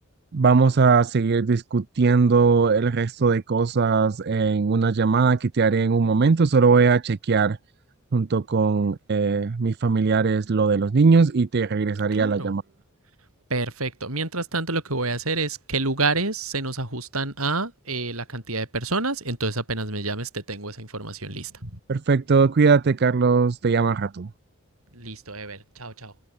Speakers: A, on the right; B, on the right.
A: vamos a seguir discutiendo el resto de cosas en una llamada que te haré en un momento. Solo voy a chequear junto con eh, mis familiares lo de los niños y te regresaría
B: claro.
A: la llamada.
B: Perfecto. Mientras tanto, lo que voy a hacer es qué lugares se nos ajustan a eh, la cantidad de personas. Entonces, apenas me llames, te tengo esa información lista.
A: Perfecto, cuídate, Carlos, te llamo al rato.
B: Listo, Ever. Chao, chao.